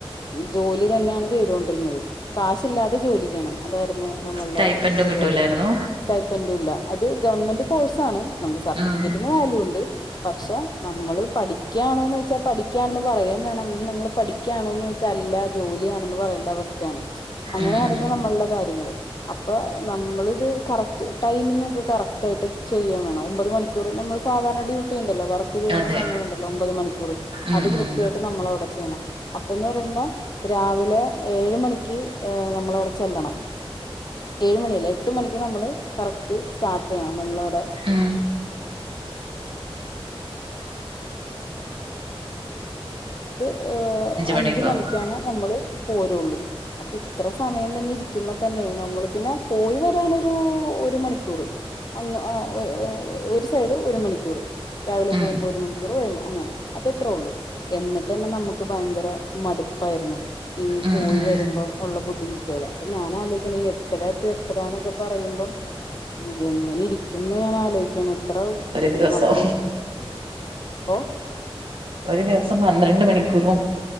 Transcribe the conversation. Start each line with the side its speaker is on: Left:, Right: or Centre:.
Left: ജോലി തന്നെയാണ് ചെയ്തൊണ്ടിരുന്നത് കാശില്ലാതെ ജോലി ചെയ്യണം അതായത് നമ്മൾ
Right: സ്റ്റൈപ്പന്റും
Left: ടെ ഒരു പരിപാടി
Right: കിട്ടൂലായിരുന്നു
Left: <unintelligible> ഗവൺമെന്റ് കോഴ്സ് ആണ് നമുക്ക് സർട്ടിഫിക്കറ്റിന്
Right: ഉം
Left: വാല്യൂ ഉണ്ട് പക്ഷെ നമ്മള് പഠിക്കാണോന്ന് വച്ചാൽ പഠിക്കയാണെന്ന് പറയാൻ വേണം നിങ്ങള്ൾ പഠിക്കുകയാണോന്ന് ചോച്ചാൽ അല്ല ജോലിയാണെന്ന് പറയേണ്ട അവസ്ഥയാണ് അങ്ങനെയ
Right: ഉം
Left: നടന്ന്
Right: ഉം
Left: നമ്മളുടെ കാര്യങ്ങള് അപ്പൊ നമ്മൾത് കറക്റ്റ് ടൈമിംഗ ഒക്കെ കറക്റ്റ് ആയിട്ട് ചെയ്യാൻ വേണം ഒമ്പത് മണിക്കൂർ നമ്മൾ സാധാരണ ഡ്യൂട്ടി ല വർക്ക് ചെയ്യണ
Right: അതെ
Left: സമയണ്ടല്ലോ ഒമ്പത് മണിക്കൂർ
Right: ഉം
Left: അത് കൃത്യായിട്ട്
Right: ഉം
Left: നമ്മള്വ്ടെ ചെയ്യണം അപ്പംന്ന്റയുമ്പോ രാവിലെ ഏഴ്മണിക്ക് ക്ക് നമ്മളവിടെ ചെല്ലണം ഏഴ്മണിയല്ല എട്ട് മണിക്ക് നമ്മള് കറക്റ്റ് സ്റ്റാർട്ടെയ്യണം നമ്മളവിടെ
Right: ഉം
Left: ഹ് അഞ്ച്
Right: മണിയൊക്കെ ആവുമ്പോ
Left: മണിക്കാണ് നമ്മള് പോരൊള്ളൂ അപ്പൊ ഇത്ര സമയം തന്നെ ഇരിക്കുമ്പോ തന്നെ നമ്മള് പിന്നെ പോയി വരാനൊരു ഒരു മണിക്കൂറ് അങ്ങ് ആ ഒ ഒ ഒ ഒരു സൈഡ് ഒരു മണിക്കൂറ് രാവിലെ
Right: ഉം
Left: പോവുമ്പോ ഒരു മണിക്കൂറ് വരുംബോ അങ്ങനെ അതത്രേ ഉള്ളൂ എന്നിട്ട്ന്നെ നമുക്ക് ഭയങ്കര മടുപ്പായിരുന്നു ഈ
Right: ഉം
Left: പോയി
Right: ഉം
Left: വരുമ്പം ഉള്ള ബുദ്ധിമുട്ടേള് അപ്പൊ ഞാനാലോയ് ക്കാണ് ഈ എട്ടര ടു എട്ടര എന്നൊക്കെ പറയുമ്പം എങ്ങനെ ഇരിക്കുംന്ന് ഞാൻ ആലോയ്ക്കാണ് ത്രഉ
Right: ഒരു ദിവസം
Left: നമ്മള് ഓഹ്
Right: ഒരു ദിവസം പന്ത്രണ്ട് മണിക്കൂറും